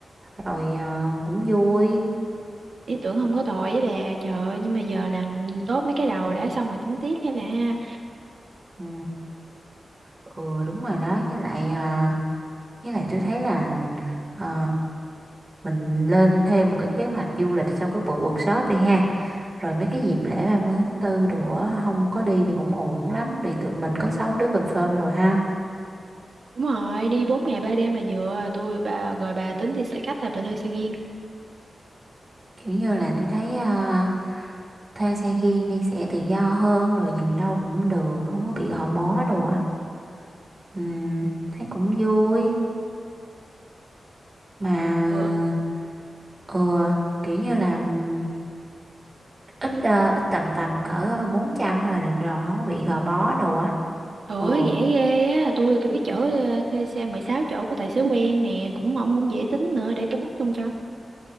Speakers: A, on the right; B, on the right.
A: rồi ờ, cũng vui
B: ý tưởng không có tồi với bà trời ơi, nhưng mà giờ làm tốt mấy cái đầu đã xong rồi tính tiếp nha bà ha
A: ừ. ừ đúng rồi đó với lại à, với lại tôi thấy là à, mình lên thêm một cái kế hoạch du lịch sau cái buổi workshop đi ha rồi mấy cái dịp lễ 30 tháng 4 đồ á, không có đi thì cũng uổng lắm thì tụi mình có 6 đứa confirm rồi ha
B: đúng rồi đi 4 ngày 3 đêm là vừa tôi bà rồi bà tính đi xe khách là bà thuê xe riêng
A: kiểu như là tôi thấy à, thuê xe riêng đi sẽ tự do hơn rồi dừng đâu cũng được không có bị gò bó đồ á Ừm, thấy cũng vui mà
B: ừ
A: ừ kiểu như là ừm, ít ờ, ít tầm tầm cỡ 400 là được rồi không có bị gò bó đồ á
B: ủa
A: ừ
B: rẻ ghê á tôi tôi cái chỗ ờ, thuê xe 16 chỗ của tài xế quen nè cũng ông cũng dễ tính nữa để tôi book luôn cho